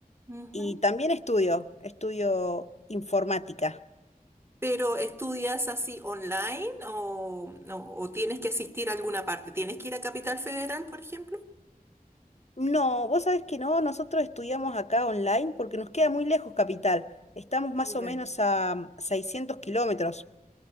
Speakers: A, on the right (about 15°); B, on the left (about 45°).
A: Ujú.
B: Y también estudio, estudio informática.
A: ¿Pero estudias así online o, no, o tienes que asistir a alguna parte? ¿Tienes que ir a Capital Federal, por ejemplo?
B: No, vos sabés que no, nosotros estudiamos acá online porque nos queda muy lejos Capital. Estamos más
A: Ya.
B: o menos a mm, 600 kilómetros.